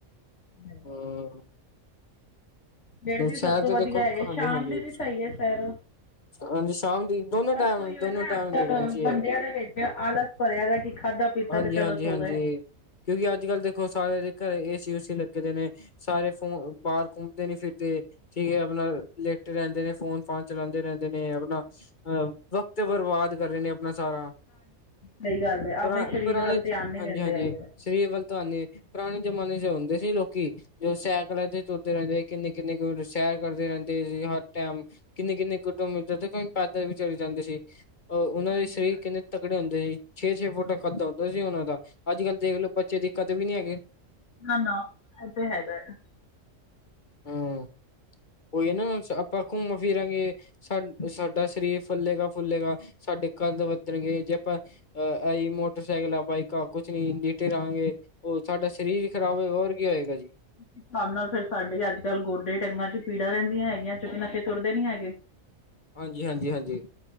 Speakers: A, on the left; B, on the left.
A: ਸਵੇਰ
B: ਐ, ਹਾ।
A: ਫੇਰ ਵੀ
B: ਸ਼ਹਿਰ
A: ਸਭ ਤੋਂ
B: ਤੇ
A: ਵਧੀਆ
B: ਦੇਖੋ
A: ਹੈਗੈ,
B: ਹਾਂਜੀ
A: ਸ਼ਾਮ
B: ਹਾਂਜੀ
A: ਦੀ ਵੀ ਸਈ ਐ ਸੈਰ।
B: ਹਾਂਜੀ ਸ਼ਾਮ ਦੀ ਦੋਨੋ
A: ਬਸ
B: ਟਾਈਮ
A: ਓਈਯੋ
B: ਦੋਨੋ
A: ਐ ਨਾ ਅੱਜ-ਕੱਲ
B: ਟਾਈਮ ਦੇਖਣੇ ਚਾਹੀਏ
A: ਬੰਦਿਆਂ ਦੇ ਵਿੱਚ ਆਲਸ ਭਰਿਆ ਦਾ ਕੀ ਖਾਧਾ, ਪੀਤਾ
B: ਹਾਂਜੀ
A: ਤੇ ਚਲੋ
B: ਹਾਂਜੀ
A: ਸੋ
B: ਹਾਂਜੀ
A: ਗਏ।
B: ਕਿਉਂਕਿ ਅੱਜ-ਕੱਲ ਦੇਖੋ ਸਾਰਿਆਂ ਦੇ ਘਰੇ ਏ ਸੀ-ਉ ਸੀ ਲੱਗੇ ਦੇ ਨੇ। ਸਾਰੇ ਫੋਨ, ਬਾਰ ਘੁੰਮਦੇ ਨੇ ਫੇਰ ਤੇ ਠੀਕ ਐ ਆਪਨਾ ਲੇਟੇ ਰੈਂਦੇ ਨੇ ਫੋਨ ਫਾਨ ਚਲਾਂਦੇ ਰੈਂਦੇ ਨੇ ਆਪਨਾ ਅ ਵਕਤ ਤੇ ਬਰਬਾਦ ਕਰ ਰੇ ਨੇ ਅ ਹੁਣ ਆ ਸਾਰਾ।
A: ਸਹੀ ਗੱਲ ਹੈ
B: ਪਰਾ-ਪਰਾਂਣੇ,
A: ਆਪਣੇ ਸਰੀਰ ਵੱਲ ਧਿਆਨ ਨਹੀਂ
B: ਹਾਂਜੀ-ਹਾਂਜੀ।
A: ਦਿੰਦੇ ਹੈਗੇ
B: ਸਰੀਰ ਵੱਲ ਤੁਵਾਨੇ। ਪੁਰਾਣੇ ਜ਼ਮਾਨੇ 'ਚ ਹੁੰਦੇ ਸੀ ਲੋਕੀਂ। ਜੋ ਸੈਂਂਕਲਾਂ ਤੇ ਤੁਰਦੇ ਰਹਿੰਦੇ ਹੀ। ਕਿੰਨੇ ਕਿੰਨੇ ਕਿਲੋਮੀਟਰ ਸੈਕਲ ਤੇ ਰਹਿੰਦੇ ਸੀ, ਹਰ ਟੈਂਮ। ਕਿੰਨੇ-ਕਿੰਨੇ ਕੁਡੋਮੀਟਰ ਤੇ ਤਾਈਂ ਪੈਦਲ ਵੀ ਚਲੇ ਜਾਂਦੇ ਸੀ। ਅ ਉਹਨਾਂ
A: ਹਾਂਜੀ
B: ਦੇ ਸਰੀਰ
A: ਹਾਂਜੀ
B: ਕਿੰਨੇ ਤਕੜੇ ਹੁੰਦੇ ਹੀ। ਛੇ-ਛੇ ਫੁੱਟ ਕੱਦ ਹੂੰਦਾ ਸੀ ਉਹਨਾਂ ਦਾ। ਅੱਜ-ਕਲ੍ਹ ਦੇਖਲੋ ਬੱਚੇ ਦੇ ਕੱਦ ਵੀ ਨੀ ਹੈਗੇ।
A: ਨਾ-ਨਾ ਇਹ ਤੇ ਹੈਗਾ ਐ।
B: ਹਾਂ, ਕੋਈ ਨਾ, ਆਪਾਂ ਘੁੰਮ ਫਿਰਾਂਗੇ। ਸਾ-ਸਾਡਾ ਸਰੀਰ ਫੁੱਲੇਗਾ-ਫੁੱਲੇਗਾ। ਸਾਡੇ ਕੱਦ ਵੱਧਣਗੇ ਜੇ ਆਪ ਅਹ ਆਈ ਮੋਟਰ ਸਾਈਕਲਾਂ, ਬਾਈਕਾ ਕੁਛ ਨੀ। ਜੇ ਬੈਠੇ ਰਹਾਂਗੇ। ਉਹ ਸਾਡਾ ਸਰੀਰ ਈ ਖ਼ਰਾਬ ਹੋਏਗਾ। ਹੋਰ ਕੀ ਹੋਏਗਾ ਜੀ।
A: ਇਸ ਸਾਬ੍ਹ ਨਾਲ ਫਿਰ, ਸਾਡੇ ਅੱਜ-ਕੱਲ੍ਹ ਗੋਡੇ-ਟੰਗਾਂ 'ਚ ਪੀੜਾ ਰਹਿੰਦੀਆਂ ਹੈਗੀਆਂ। ਚੂਕੋ ਨਾ ਫਿਰ ਤੁਰਦੇ ਨੀ ਹੈਗੇ।
B: ਹਾਂਜੀ-ਹਾਂਜੀ-ਹਾਂਜੀ।